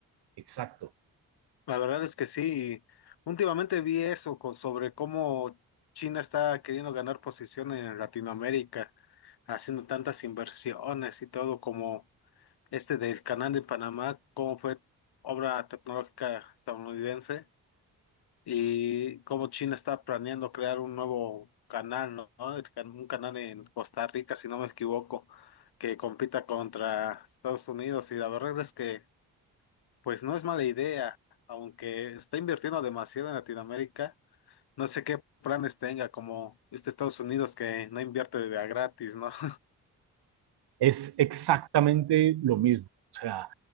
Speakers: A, on the right (about 80°); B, on the left (about 80°).
A: Exacto.
B: La verdad es que sí, últimamente vi eso con, sobre cómo China está queriendo ganar posición en Latinoamérica, haciendo tantas inversiones y todo como... este del canal de Panamá, cómo fue obra tecnológica estadounidense y cómo China está planeando crear un nuevo canal, ¿no? ¿No? El can- Un canal en Costa Rica, si no me equivoco, que compita contra Estados Unidos. Y la verdad es que, pues no es mala idea, aunque está invirtiendo demasiado en Latinoamérica. No sé qué planes tenga, como este Estados Unidos que no invierte de a gratis, ¿no? <laughs>
A: es exactamente lo mismo. O sea,